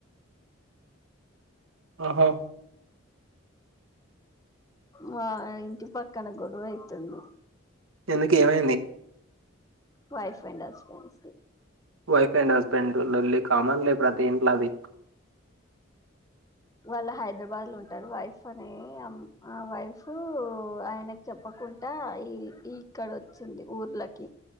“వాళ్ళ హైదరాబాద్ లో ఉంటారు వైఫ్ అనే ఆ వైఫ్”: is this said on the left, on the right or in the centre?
Left